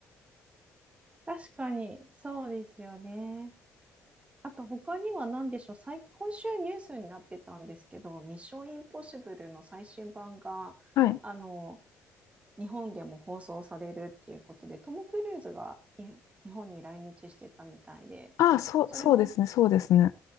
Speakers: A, on the right; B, on the left.
A: 確かに、そうですよね。あと他には何でしょう、最、今週ニュースになってたんですけど、ミッションインポッシブルの最新版が、
B: はい。
A: あの、日本でも放送されるっていうことで、トム・クルーズがに日本に来日してたみたいで、
B: あ、そう、
A: それも、
B: そうですね、そうですね。